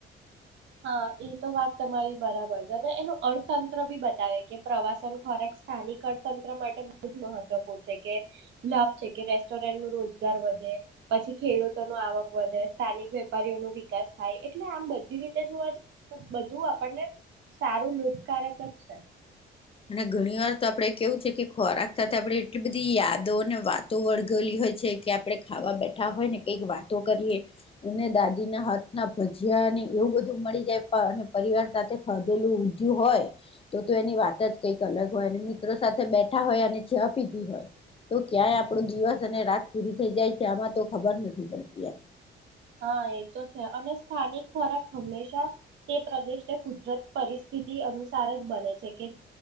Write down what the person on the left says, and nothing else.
અને ઘણી વાર તો આપડે કેવું છે કે ખોરાક સાથે આપણે એટલી બધી યાદો અને વાતો વળગલી હોય છે કે આપણે ખાવા બેઠા હોય ને કઈક વાતો કરીએ એને દાદીના હાથના ભજયાને એવું બધું મળી જાય અને પરિવાર સાથે ખધેલું ઊધ્યું હોય તો તો એની વા તજ કંઈક અલગ હોય અને મિત્રો સાથે બેઠા હોય અને ચાહ પીધી હોય તો ક્યાંય આપણો દિવસ અને રાત પૂરી થઈ જાય છે આમાં તો ખબર નથી પડતી એમ.